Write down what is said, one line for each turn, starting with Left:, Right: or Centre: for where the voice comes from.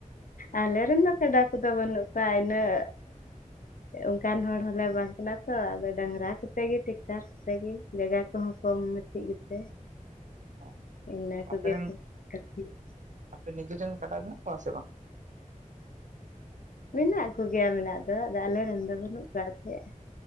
Left: ᱟᱞᱮ ᱨᱮᱱ ᱫᱚ ᱠᱟᱰᱟ ᱠᱚᱫᱚ ᱵᱟᱹᱱᱩᱜ ᱠᱚᱣᱟ ᱤᱱᱟᱹᱜ ᱚᱱᱠᱟᱱ ᱦᱚᱲ ᱦᱚᱞᱮ ᱵᱟᱝ ᱠᱟᱱᱟ ᱛᱚ ᱟᱫᱚ ᱰᱟᱝᱨᱟ ᱠᱚᱛᱮ ᱜᱮ ᱴᱮᱠᱴᱟᱨ ᱥᱮᱸᱜᱮ ᱡᱟᱜᱟ ᱠᱚᱦᱚᱸ ᱠᱚᱢ <inaudible> ᱜᱮᱛᱮ <unintelligible>
Right: ᱚ ᱟᱯᱮᱨᱮᱱ ᱟᱯᱮ ᱱᱤᱡᱮᱨᱮᱱ ᱠᱟᱰᱟ ᱢᱮᱱᱟ ᱠᱚᱣᱟᱜ ᱥᱮ ᱵᱟᱝ?
Left: ᱢᱮᱱᱟᱜ ᱠᱚᱜᱮᱭᱟ ᱢᱮᱱᱟᱜ ᱫᱚ ᱟᱫᱚ ᱟᱞᱮᱨᱮᱱ ᱫᱚ ᱵᱟᱹᱱᱩᱜ ᱠᱚᱣᱟ ᱛᱟᱦᱮᱸᱫ᱾